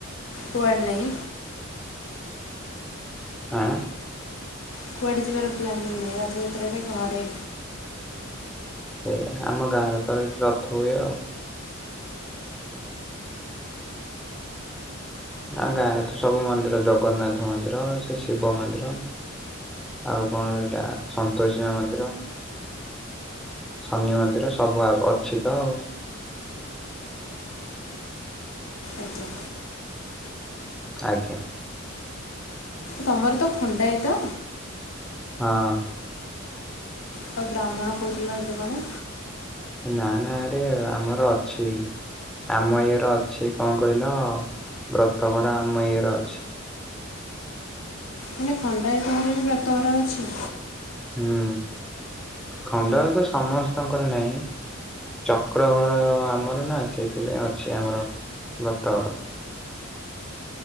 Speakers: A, on the left (about 80°); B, in the centre.
A: କୁଆଡେ ନାଇଁ।
B: ଆଁ।
A: କୁଆଡ଼େ ଯିବାର ପ୍ଲାନିଂ ନହିଁ ରଥଯାତ୍ରାରେ ଘରେ।
B: ସେଇ ଆମ ଗାଁ ରେ ତ ରଥ ହୁଏ ଆଉ। ଆ ଗାଁରେ ତ ସବୁ ମନ୍ଦିର ଜଗନ୍ନାଥ ମନ୍ଦିର, ସେ ଶିବ ମନ୍ଦିର ଆଉ କଣ ଏଇଟା ସନ୍ତୋସି ମା ମନ୍ଦିର ଶନି ମନ୍ଦିର ସବୁ ଆ ଅଛି ତ ଆଉ।
A: ଅଜ୍ଞା।
B: ଆଜ୍ଞା।
A: ତମର ତ ଖଣ୍ଡା ଏ ତ?
B: ହଁ।
A: ତ ବ୍ରାହ୍ମଣ କହୁଥିଲ ଅ କଣ?
B: ନା ନାରେ ଆମର ଅଛି। ଆମ ଇଏ ର ଅଛି କଣ କହିଲ ବ୍ରତଘର ଆମ ଇଏର ଅଛି।
A: ମାନେ ଖଣ୍ଡଏତମରେ ବି ବ୍ରତଘରା ଅଛି।
B: ହୁଁ ଖଣ୍ଡ ତ ସମସ୍ତଙ୍କର ନାହିଁ। ଚକ୍ର ଘର ଆମର ନା ସେଇଥିପାଇଁ ଅଛି ଆମର ବ୍ରତଘର।